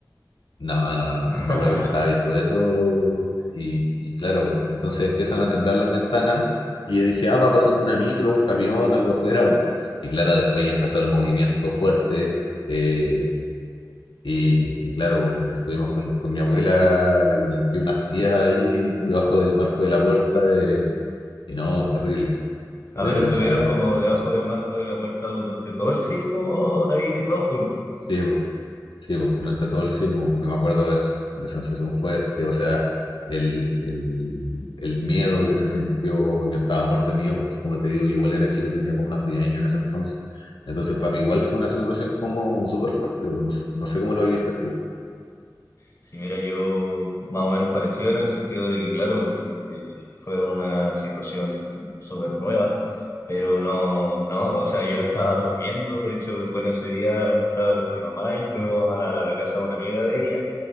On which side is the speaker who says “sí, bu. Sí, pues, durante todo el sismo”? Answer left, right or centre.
Left